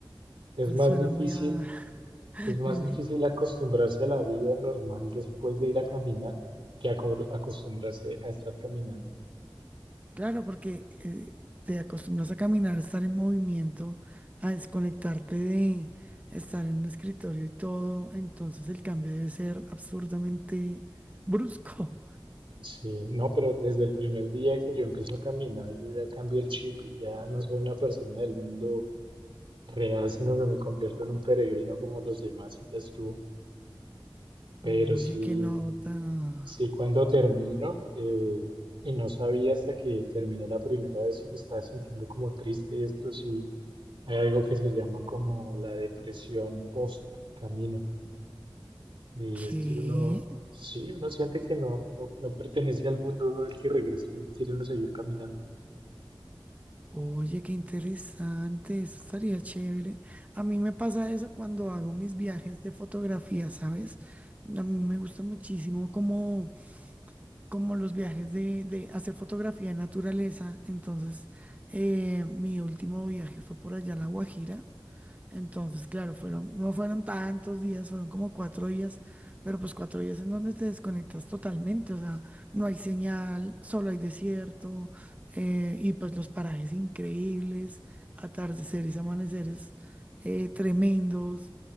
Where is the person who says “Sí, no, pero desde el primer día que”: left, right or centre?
Right